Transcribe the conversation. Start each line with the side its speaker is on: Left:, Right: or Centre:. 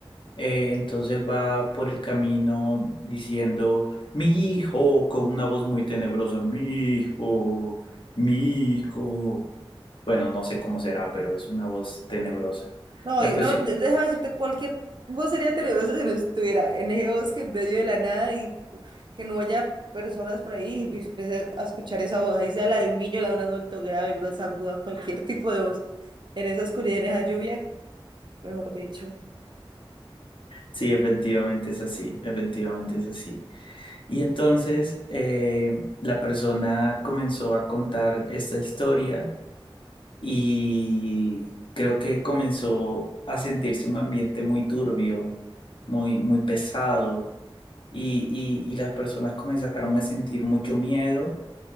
Left: eh, entonces va por el camino diciendo, mi hijo, con una voz muy tenebrosa, mi hijo, mi hijo. Bueno, no sé cómo será, pero es una voz tenebrosa.
Right: No,
Left: La
Right: y-
Left: cuestión,
Right: no, de- déjame decirte, cualquier voz sería tenebrosa si no estuviera en ese bosque en medio de la nada y que no haya personas por ahí y empecé a escuchar esa voz, ahí sea la de un niño, la de un adulto grave, gruesa, aguda, cualquier tipo de voz, en esa oscuridad, en esa lluvia, mejor dicho.
Left: sí, efectivamente es así, efectivamente es así. Y entonces eh, la persona comenzó a contar esta historia y creo que comenzó a sentirse un ambiente muy turbio, muy, muy pesado y, y y las personas comenzaron a sentir mucho miedo